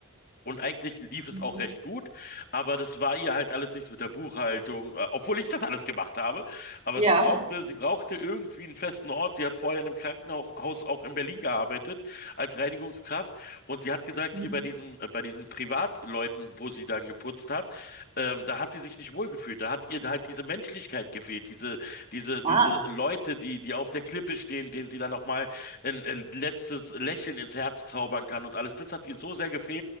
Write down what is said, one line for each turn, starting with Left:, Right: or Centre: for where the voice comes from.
Left: und eigentlich lief es
Right: Mhm.
Left: auch recht gut, aber das war ihr halt alles nichts mit der Buchhaltung, äh, obwohl ich das alles gemacht habe. Aber
Right: Ja.
Left: sie brauchte, sie brauchte irgendwie einen festen Ort. Sie hat vorher in einem Krankenhaus auch in Berlin gearbeitet als Reinigungskraft und sie hat gesagt,
Right: Mhm.
Left: hier bei diesen, äh, bei diesen Privatleuten, wo sie dann geputzt hat, ähm, da hat sie sich nicht wohlgefühlt. Da hat ihr halt diese Menschlichkeit gefehlt, diese, diese, diese
Right: Ah.
Left: Leute, die, die auf der Klippe stehen, denen sie dann nochmal ein, ein letztes Lächeln ins Herz zaubern kann und alles. Das hat ihr so sehr gefehlt